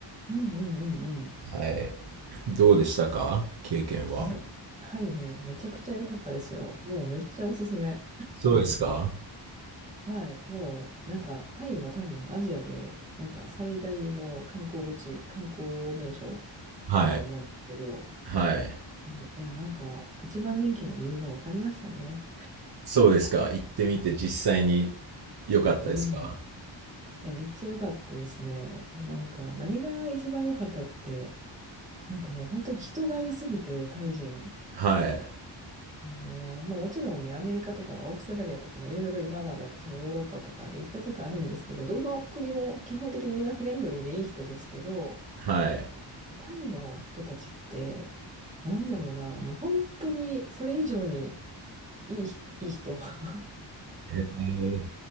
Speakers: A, on the right (about 15°); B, on the right (about 55°).
A: うんうんうんうん。
B: はい。どうでしたか経験は。
A: え、はいね、めちゃくちゃ良かったですよ。もうめっちゃおすすめ。
B: そうですか
A: はい。もう、なんか、タイは多分アジアで、なんか最大の観光地、観光名所
B: はい。
A: だと思うんですけど、
B: はい。
A: もういや、なんか、一番人気な理由が分かりましたね。
B: そうですか。行ってみて実際に良かったですか
A: うん。いや、めっちゃ良かったですね。なんか、何が一番良かったって、なんかもう本当に人が良すぎて、タイ人。
B: はい。
A: あの、まあもちろんね、アメリカとかオーストラリアとかもいろいろ今まで私もヨーロッパとかに行ったことあるんですけど、どの国も基本的にみんなフレンドリーでいい人ですけど、
B: はい。
A: タイの人たちって、なんだろうな、もう本当にそれ以上にいいひ、いい人。<laughs>
B: えー、